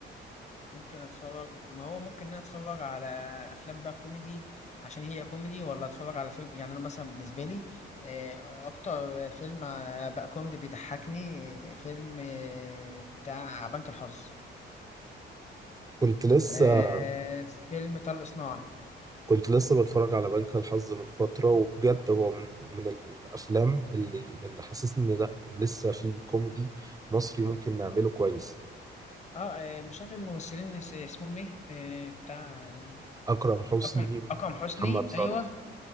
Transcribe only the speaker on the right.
كنت لسه
كنت لسه بتفرج على بنك الحظ من فترة وبجد هو من من الافلام اللي اللي حسسني إني لا لسه في كوميدي مصري ممكن نعمله كويس
اكرم حسني
ومحمد
ثروت